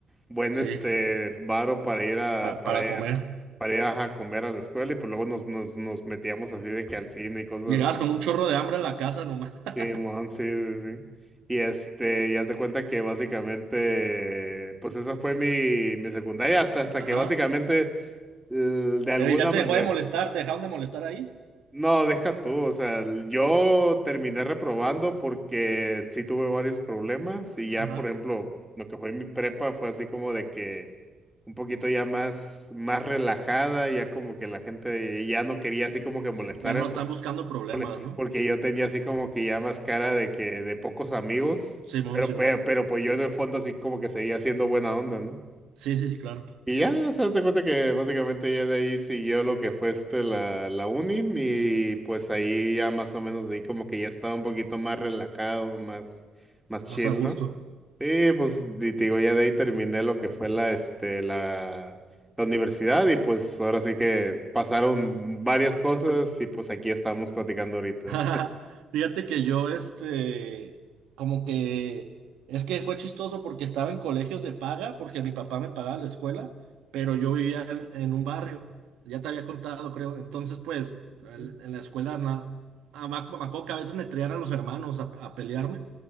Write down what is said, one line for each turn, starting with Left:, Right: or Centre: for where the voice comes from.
Centre: buen
Right: Sí,
Centre: este, varo para ir a,
Right: pa-
Centre: para
Right: para
Centre: ir
Right: comer.
Centre: a, para ir a, comer a la escuela, y pues luego nos, nos, nos metíamos así de que al cine y cosas
Right: Llegabas con un chorro de hambre a la casa nomás.
Centre: Simón,
Right: <laughs>
Centre: sí, sí, sí. Y este, y haz de cuenta que básicamente, pues esa fue mi, mi secundaria, hasta, hasta
Right: Ajá.
Centre: que básicamente, l- de alguna
Right: Pero ya te
Centre: manera,
Right: dejó de molestar, te dejaron de molestar ahí.
Centre: no, deja tú, o sea, l- yo terminé reprobando porque sí tuve varios problemas y ya,
Right: Ajá.
Centre: por ejemplo, lo que fue mi prepa fue así como de que un poquito ya más, más relajada, ya como que la gente ya no quería así como que
Right: Sí,
Centre: molestar
Right: ya no están buscando problemas,
Centre: Ole,
Right: ¿no?
Centre: Porque yo tenía así como que ya más cara de que de pocos amigos,
Right: Simón,
Centre: pero,
Right: Simón.
Centre: pe- pero, pues yo en el fondo así como que seguía siendo buena onda, ¿no?
Right: Sí, sí, sí, claro.
Centre: Y ya se das cuenta que básicamente ya de ahí siguió lo que fue este la, la uni y pues ahí ya más o menos de ahí como que ya estaba un poquito más relajado, más, más chill,
Right: Más a gusto.
Centre: ¿no? Sí, pues y te digo, ya de ahí terminé lo que fue la, este, la, la universidad y pues ahora sí que pasaron varias cosas y pues aquí estamos platicando ahorita.
Right: <laughs> Fíjate que yo, este, como que, es que fue chistoso porque estaba en colegios de paga, porque mi papá me pagaba la escuela, pero yo vivía en, en un barrio, ya te había contado, creo. Entonces, pues,
Centre: Ujú,
Right: el- en la escuela, na- ah, me ac- me acuerdo que a veces me traían a los hermanos a, a pelearme